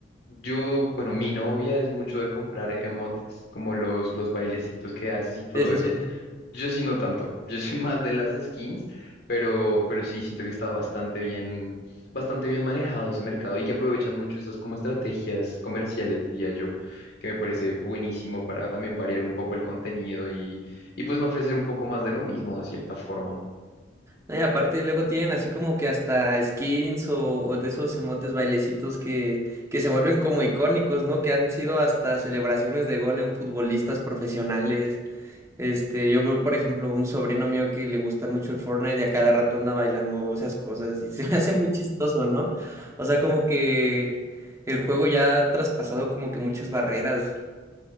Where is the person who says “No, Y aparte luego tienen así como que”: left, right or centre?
Right